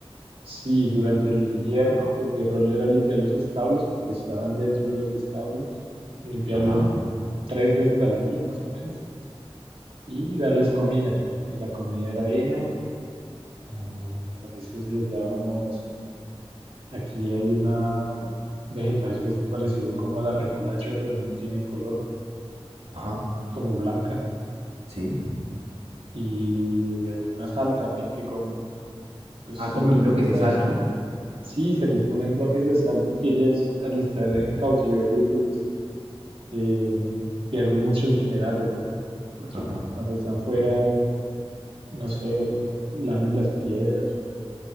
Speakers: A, on the right (about 65°); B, on the right (about 80°).
A: Sí, durante el invierno, pues mi rol era limpiar los establos porque estaban dentro de los establos, limpiarlos
B: Ajá,
A: tres veces al día más o menos y darles comida. Y la comida era heno, ah, a veces les dábamos, aquí hay una vegetal que es parecido como a la remolacha, pero no tiene color,
B: ajá,
A: como blanca,
B: ¿Sí?
A: y alguna sal también que comen. Pues
B: Ah,
A: simplemente
B: comen bloques
A: era
B: de sal,
A: eso.
B: ¿no?
A: Sí, se les ponen bloques de sal porque ellas al estar en cautiverio, pues eh, pierden muchos minerales, ¿no? Porque
B: Ajá.
A: cuando están fuera, no sé, lamen las piedras o